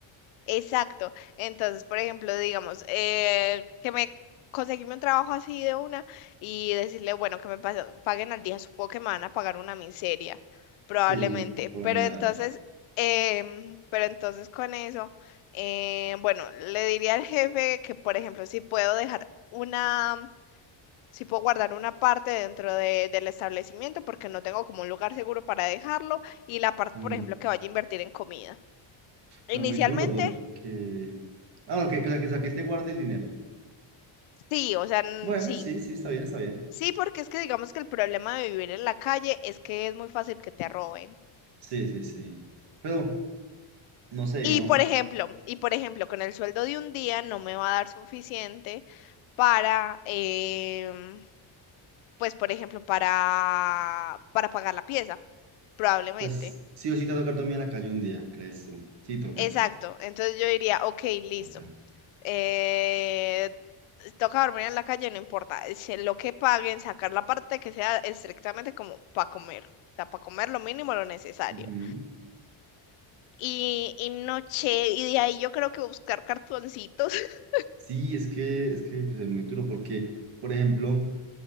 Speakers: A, on the left; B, on the right.
A: Exacto. Entonces, por ejemplo, digamos, eh, que me conseguirme un trabajo así de una y decirle, bueno, que me pas- paguen al día, supongo que me van a pagar una miseria, probablemente.
B: Sí, por
A: Pero
B: lo general.
A: entonces, em, pero entonces con eso, eh, bueno, le diría al jefe que, por ejemplo, si puedo dejar una, si puedo guardar una parte dentro de- del establecimiento porque no tengo como un lugar seguro para dejarlo y la parte,
B: Mm,
A: por ejemplo, que vaya a invertir en comida. Inicialmente
B: pero muy duro porque. Ah, bueno, que, o sea, que, o sea, que te guarde el dinero.
A: Sí, o sea, n-
B: Bueno,
A: sí.
B: sí, sí, está bien, está bien.
A: Sí, porque es que digamos que el problema de vivir en la calle es que es muy fácil que te roben.
B: Sí, sí, sí. Pero, no sé, digamos,
A: Y por
B: o
A: ejemplo, y por ejemplo, con el sueldo de un día no me va a dar suficiente para, em, pues por ejemplo, para, para pagar la pieza, probablemente.
B: sea, sí, sí o sí te va a tocar dormir en la calle un día, ¿crees tú? Sí, toca,
A: Exacto. Entonces yo diría, ok, listo.
B: toca.
A: Eh, toca dormir en la calle, no importa. es que Lo que paguen, sacar la parte que sea estrictamente como para comer. O sea, para comer lo mínimo, lo necesario.
B: Ujú.
A: y, y noche, y de ahí yo creo que buscar cartoncitos. <laughs>
B: Sí, es que, es que pues, es muy duro porque, por ejemplo,